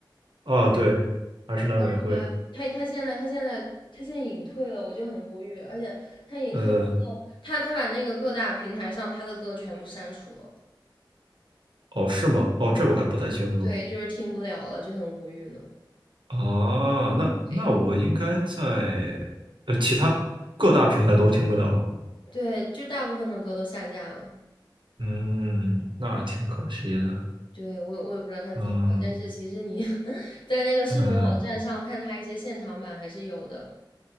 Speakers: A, on the right; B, on the left.
A: 哦对，
B: 对，
A: 还是奈美惠，
B: 但是她她她现在她现在她现在隐退了，我就很无语。而且她隐退了之后，
A: 呃
B: 她她把那个各大平台上她的歌全部删除了，
A: 哦是吗？哦这我还不太清楚
B: 对，就是听不了了，就很无语呢。
A: 啊，那那我应该在呃其他各大平台都听不了了吗？
B: 对对，就大部分的歌都下架了。
A: 嗯，那挺可惜的。
B: 对，我也我也不知道他怎么了，
A: 嗯，
B: 但是其实你 <laughs> 在那个视频网站上看他一些现场版还是有的，
A: 嗯，